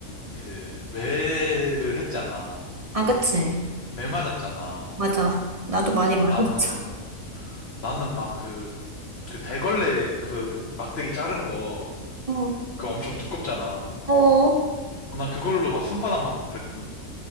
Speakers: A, on the left; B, on the right.
A: 그 매를 했잖아.
B: 아, 그치.
A: 매 맞았잖아.
B: 맞아. 나도 많이
A: 어,
B: 맞았어.
A: 나는, 나는 막 그, 그 대걸레 그 막대기 자른 거,
B: 응.
A: 그거 엄청 두껍잖아.
B: 어,
A: 어, 나 그걸로 막 손바닥 맞고 그랬거든?